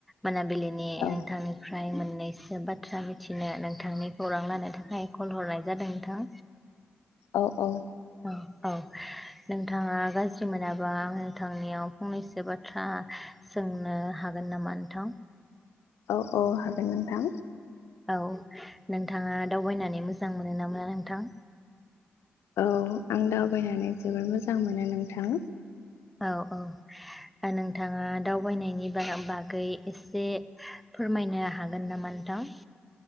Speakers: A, in the centre; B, on the left.
A: मोनाबिलि नोंथांनिफ्राय
B: औ
A: मोन नैसो बाथ्रा मिथिनो नोंथांनि खौरां लानो थाखाय कल हरनाय जादों नोंथां
B: औ औ
A: औ औ नोंथाङा गाज्रि मोनाबा आं नोंथांनियाव फंनैसो एसे बाथ्रा सोंनो हागोन नामा नोंथां?
B: औ औ हागोन नोंथां
A: औ नोंथाङा दावबायनानै मोजां मोनो नामा नोंथां?
B: औ आं दावबायनानै जोबोर मोजां मोनो नोंथां
A: औ औ नोंथाङा दावबायनायनि बागै एसे फोरमायनो हागोन नामा नोंथां?